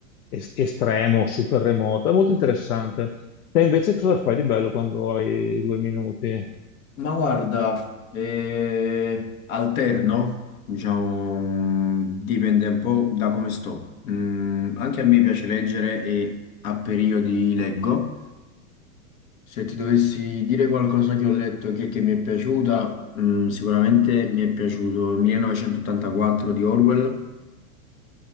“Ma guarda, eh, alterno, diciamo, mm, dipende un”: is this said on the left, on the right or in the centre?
Left